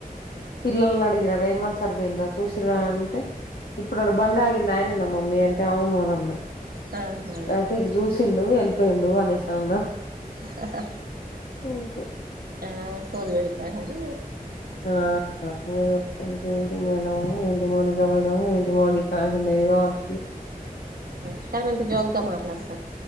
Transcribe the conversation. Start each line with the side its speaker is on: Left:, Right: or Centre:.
Left: పిల్లల నీ అడిగిన రేమన్ సార్ బోయిండా చూసిరా అంటే ఇప్పుడడా బండ్ ఆగింది ఆయన నా మమ్మీ అంటే అవును అని అన్నా
Right: ఆహా
Left: అయితే ఇటు చూసిండు వెళ్ళిపోయిండు అనేసి అన్న
Right: హా హా
Left: ఇంట్లో
Right: ఆ సోది పెడతాడానీ
Left: ఆ లేదు ఏంటి మేడం ఏంటి మౌనిక మేడం ఏంటి మౌనిక ఏదో అంటు
Right: క్క మంచి జోకుగా మాట్లాడుతారు